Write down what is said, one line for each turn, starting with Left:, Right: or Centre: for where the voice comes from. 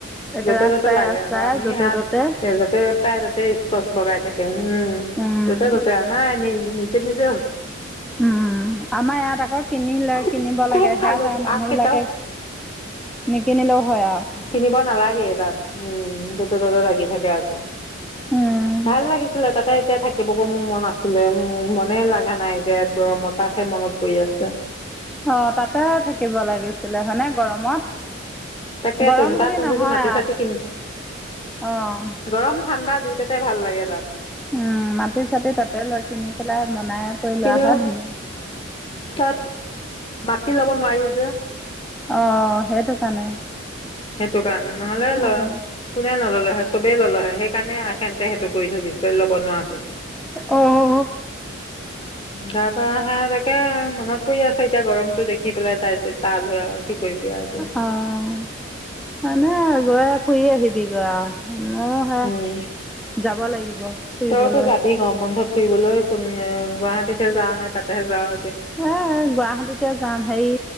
Centre: একে
Left: য'তে-ত'তে
Centre: ৰাস্তাই
Left: লাগে
Centre: ৰাস্তাই
Left: আকৌ। আমি
Centre: য'তে
Left: হাত-
Centre: ত'তে
Left: এ য'তে তাৰ তাতে ইস্কছ বগাই থাকে। উ উম,
Centre: উম,
Left: য'তে-ত'তে। আমাৰ নি- নি তে নিজ
Centre: উম, আমাৰ ইয়াত আকৌ কিনিলে,
Left: খুব
Centre: কিনিব লাগে
Left: খুব খালো
Centre: সেৱা আৰু মানুহ
Left: আগকেইটাও
Centre: বিলাকে নিকিনিলেও হয় আৰু।
Left: কিনিব নালাগে এদা উম, যতে-ততে লাগি থাকে আকৌ
Centre: উম।
Left: ভাল লাগিছিলে, তাতেই তেয়া থাকিবগৈ মোৰ মন আছিলে, মনেহে ল লগা নাই যে গৰম তাতহে মনত পৰি আছে।
Centre: অ' তাতে থাকিব লাগিছিলে হয়নে গৰমত।
Left: তাকে
Centre: গৰম
Left: ত
Centre: বুলি
Left: তাত
Centre: নহয়
Left: যদি মাটি-চাটি
Centre: আৰু
Left: কিন,
Centre: অ'
Left: গৰম ঠাণ্ডা দুইটাতে ভাল লাগে তাত।
Centre: উম' মাটি-চাটি তাতে লোৱা কিনি পেলাই বনাই কৰি
Left: কিন্তু
Centre: লোৱাহত ধুনীয়া।
Left: তাত মাটি, থাকি লব নোৱাৰি যে।
Centre: অ সেইটো কাৰণে
Left: সেইটো, কাৰণে নহলে ল
Centre: অ',
Left: কোনে নললে হয়। চবেই ল'লহে সেইকাৰণে সেতে সেইটো কৰি থৈ দিছে ল'ব নোৱাৰাকে
Centre: আহ আহ
Left: তাৰপা সে তাকে মনত পৰি আছে এতিয়া গৰমতটো দেখি পেলাই তাই তালৈ আৰু কি কৰিবি আৰু এতিয়া
Centre: অঁ মানে গৈ ফুৰি আহিবি গৈ মই হে
Left: উম
Centre: যাব লাগিব ফুৰিবলৈ
Left: তইতো যাবি গৰম বন্ধত ফুৰিবলৈ কোন গুৱাহাটীতহে যাওঁ নে তাতেহে যাওঁ
Centre: এ গুৱাহাটীতে যাম হেৰি